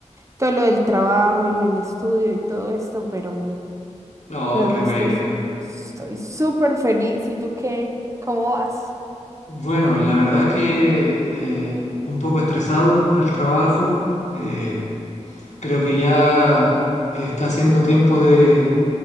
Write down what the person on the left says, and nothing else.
Oh,
qué
buena.
Bueno, la verdad que eh, un poco estresado con el trabajo. eh, Creo que ya eh, está haciendo tiempo de,